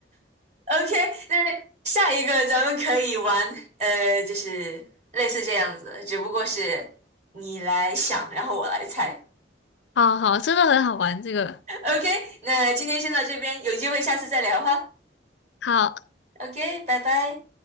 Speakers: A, on the right (about 40°); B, on the left (about 70°).
A: OK，那下一个咱们可以玩，呃，就是类似这样子，只不过是你来想，然后我来猜。
B: 好好，真的很好玩这个。
A: <laughs> OK，那今天先到这边，有机会下次再聊哈。
B: 好，
A: OK，拜拜。